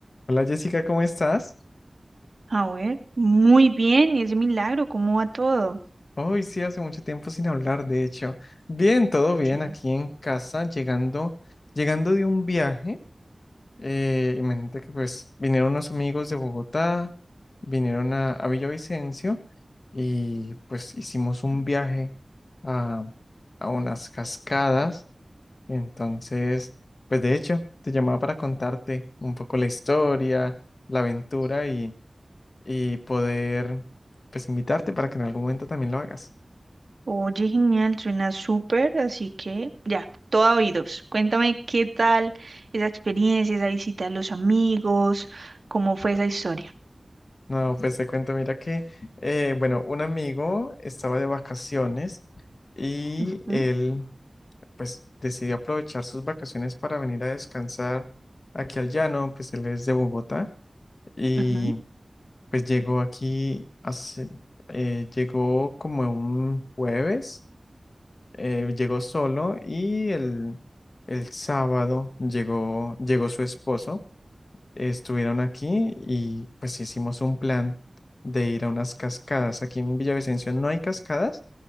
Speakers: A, on the left; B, on the right.
A: Hola Jessica, ¿cómo estás?
B: A ver, muy bien, es milagro, ¿cómo va todo?
A: Hoy sí, hace mucho tiempo sin hablar, de hecho. Bien, todo bien
B: Sí.
A: aquí en casa, llegando, llegando de un viaje. Eh, imagínate que pues vinieron unos amigos de Bogotá, vinieron a, a Villavicencio y pues hicimos un viaje a, a unas cascadas. Entonces, pues de hecho, te llamaba para contarte un poco la historia, la aventura y poder pues invitarte para que en algún momento también lo hagas.
B: Oye, genial, suena súper, así que ya, todo oídos. Cuéntame qué tal esa experiencia, esa visita a los amigos, cómo fue esa historia.
A: No, pues te cuento, mira que, eh, bueno, un amigo estaba de vacaciones y
B: Ujú,
A: él pues decidió aprovechar sus vacaciones para venir a descansar aquí al llano, pues él es de Bogotá y
B: ujú.
A: pues llegó aquí hace, eh, llegó como un jueves, eh, llegó solo y el, el sábado llegó, llegó su esposo. estuvieron aquí y pues hicimos un plan de ir a unas cascadas. Aquí en Villavicencio no hay cascadas,